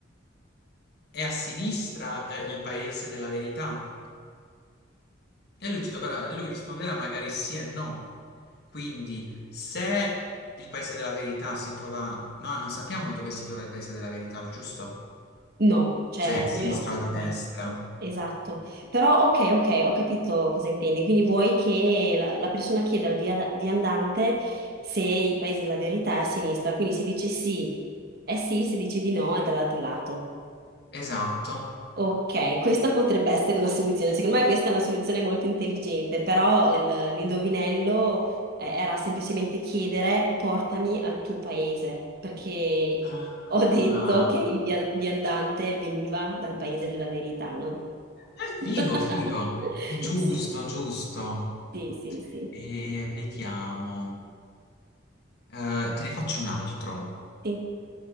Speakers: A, on the left; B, on the right.
A: è a sinistra, eh, il paese della verità? E lui, ti dovrà- lui risponderà magari sì e no. Quindi, se il paese della verità si trova... No, non sappiamo dove si trova il paese della verità, giusto?
B: No, cioè
A: Se è a sinistra
B: lui no.
A: o a destra.
B: Esatto, però ok, ok, ho capito cosa intendi. Quindi vuoi che la, la persona chieda al via- viandante se il paese della verità è a sinistra, quindi si dice sì, è sì, si dice di no, è dall'altro lato.
A: Esatto.
B: Ok, questa potrebbe essere una soluzione. Secondo me questa è una soluzione molto intelligente, però il- l'indovinello eh, era semplicemente chiedere portami al tuo paese, perché
A: Ah,
B: ho detto che il via- viandante veniva dal paese della verità, no?
A: è
B: <laughs>
A: figo, figo. È giusto,
B: Sì,
A: giusto.
B: sì, sì, sì,
A: E vediamo. Eh, te ne faccio un altro.
B: sì.